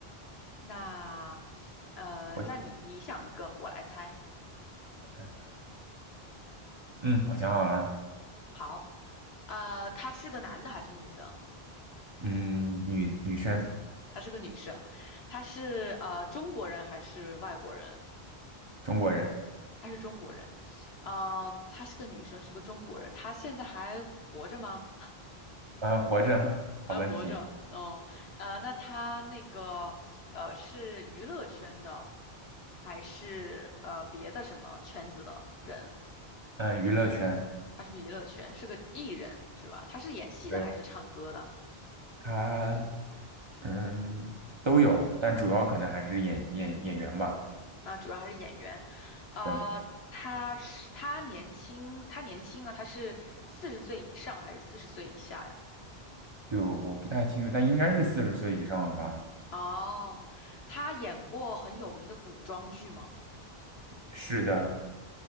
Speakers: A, on the left (about 75°); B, on the right (about 35°).
A: 那呃，
B: 我想
A: 那你你想一个，我来猜。
B: 的，嗯，我想好了，
A: 好，呃，他是个男的还是女的？
B: 嗯，女女生，
A: 她是个女生，她是呃中国人还是外国人？
B: 中国人，
A: 她是中国人，呃，她是个女生，是个中国人。她现在还活着吗？
B: 嗯、呃活着，
A: 还活着，
B: 好问题，
A: 嗯，呃，那她那个呃是娱乐圈的，还是呃别的什么圈子的人？
B: 嗯，娱乐圈，
A: 她是娱乐圈，是个艺人是吧？她是演戏的还是唱歌的？
B: 对，他，嗯，都有，但主要可能还是演演演员吧。
A: 啊、主要还是演员，呃，
B: 对，
A: 他是他年轻，他年轻啊，他是四十岁以上还是四十岁以下呀？
B: 就我不太清楚，但应该是四十岁以上了吧？
A: 哦，他演过很有名的古装剧吗？
B: 是的。